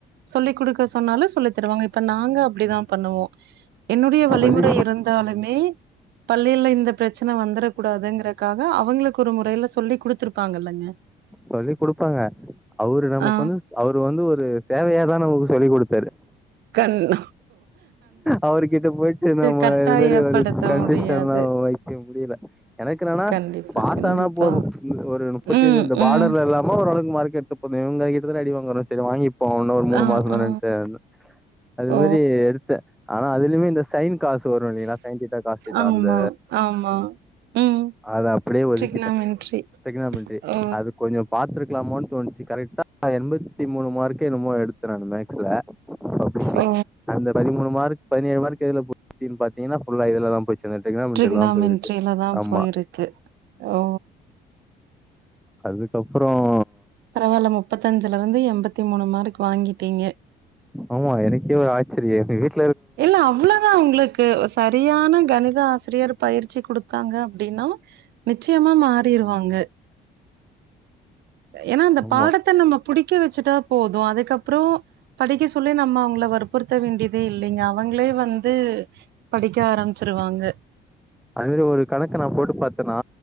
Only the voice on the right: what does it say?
சொல்லி் குடுக்க சொன் சொன்னாலும் சொல்லி தருவாங்க இப்போ நாங்க அப்டிதா பண்ணுவோம் என்னுடைய வழிமுறை
இருந்தாலுமே பள்ளியில இந்த பிரச்சன வந்துட கூடாதுங்கறக்காக அவங்களுக்கு ஒரு முறையில சொல்லி கொடுத்துரு தாங்கல்லங்க
ஆ
கண்ண
கட்டாயப்படுத்த
முடியாது
கண்டிப்பா
கண்டிப்பா
ம்
ம்
ஆ
ஆ
ஓ
ஆமா
ஆமா ம்
ட்ரிக்னாமென்ட்ரி
ஓ
ஓ
ட்ரிக்னாமென்ட்ரில
தா
போயிருக்கு ஓ
பரவாயில்ல முப்பத்தி அஞ்சுல இருந்து எண்பத்தி மூணு மார்க் வாங்கிட்டீங்க
இல்ல அவ்வளவுதான் உங்களுக்கு சரியான கணித ஆசை <unintelligible> பயிற்சி கொடுத்தாங்க அப்படின்னா நிச்சயமா மாறிருவாங்க ஏன்னா அந்த
பாடத்தை நம்ம புடிக்க வச்சுட்டா போதும் அதுக்கப்றம் படிக்க சொல்லி நம்ம அவங்கள வற்புறுத்த வேண்டியதே இல்லை இல்லைங் அவுங்ளே வந்து படிக்க ஆரம்பிச் ருவாங்க